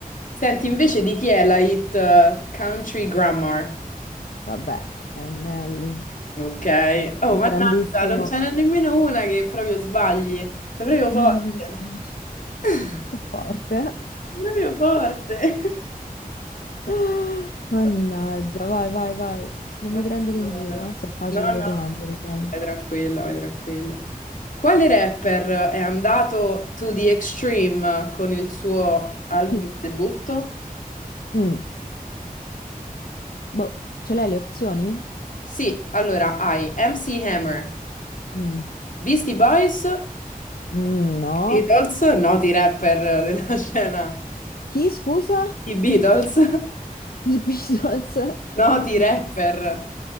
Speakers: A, on the left (about 60°); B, on the left (about 80°).
A: Senti, invece di chi è la hit eh, Country Grammar?
B: Vabbè, eh, Nelly,
A: Ok. Oh,
B: il
A: mannaggia,
B: grandissimo...
A: non ce n'è nemmeno una che proprio sbagli. Sei proprio
B: Eh,
A: forte.
B: mi dispiace,
A: <laughs>
B: so forte.
A: Sei proprio forte.
B: <laughs> Mannaggia,
A: <laughs>
B: vai, vai, vai. Non
A: Eh,
B: mi prendere
A: Allora.
B: in giro, eh. Sono facili
A: No,
B: le
A: no,
B: domande, lo sai.
A: vai tranquilla, vai tranquilla. Quale rapper è andato to the extreme con il suo album
B: <laughs>
A: di debutto?
B: Mm, Boh, ce l'hai le opzioni?
A: Sì, allora hai MC Hammer,
B: Mm,
A: Beastie Boys e
B: mm, no.
A: Beatles, noti rapper della <laughs> scena.
B: Chi, scusa?
A: I Beatles,
B: I Beatles?
A: noti
B: <laughs>
A: rapper